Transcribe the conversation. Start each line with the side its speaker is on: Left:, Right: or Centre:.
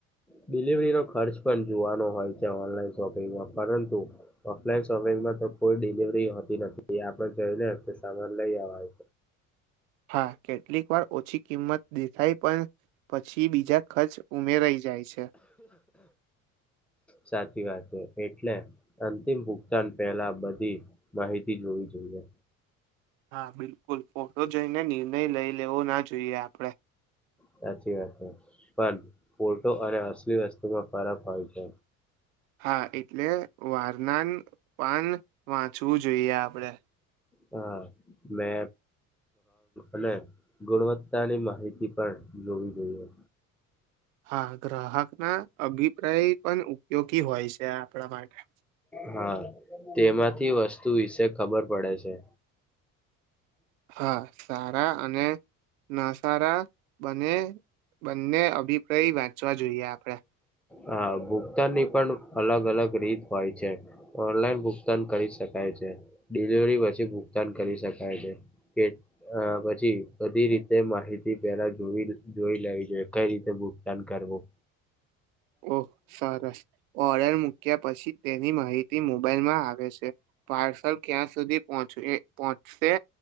Centre: ડિલિવરીનો ખર્ચ પણ જોવાનો હોય છે ઓનલાઈન શોપિંગમાં, પરંતુ ઓફલાઈન શોપિંગમાં તો કોઈ ડિલિવરી હોતી નથી. એ આપણે જોઈ ને આપણું સામાન લઈ આવાનુ
Right: હા, કેટલીક વાર ઓછી કિંમત દેખાય પણ પછી બીજા ખર્ચ ઉમેરાઈ જાય છે
Centre: સાચી વાત છે. એટલે અંતિમ ભુગતાન પહેલા બધી માહિતી જોવી જોઈએ.
Right: હા, બિલકુલ ફોટો જોઈને નિર્ણય લઈ લેવો ના જોઈએ આપડે.
Centre: સાચી વાત છે. પણ ફોટો અને અસલી વસ્તુમાં ફરક હોય છે.
Right: હા એટલે વારનાન પાન વાંચવું જોઈએ આપડે
Centre: હા મે અને ગુણવત્તાની માહિતી પણ જોવી જોઈએ
Right: હાા ગ્રાહક ના અભિપ્રાય પણ ઉપયોગી હોય છે આપણા માટે
Centre: હા તેમાંથી વસ્તુ વિશે ખબર પડે છે
Right: હા સારા અને ના સારા બને બંને અભિપ્રાય વાંચવા જોઈએ આપણે
Centre: હા ભુગતાન ની પણ અલગ અલગ રીત હોય છે ઓનલાઈન ભુગતાન કરી શકાય છે ડિલિવરી પછી ભુગતાન કરી શકાય છે કે અ પછી બધી રીતે માહિતી પેલા જોઈ લ લેવી જોઈએ કઈ રીતે ભુગતાન કરવું
Right: ઓહ સરસ ઓર્ડર મૂક્યા પછી તેની માહિતી મોબાઈલમાં આવે છે પાર્સલ ક્યાં સુધી પહોંચ પહોચ તે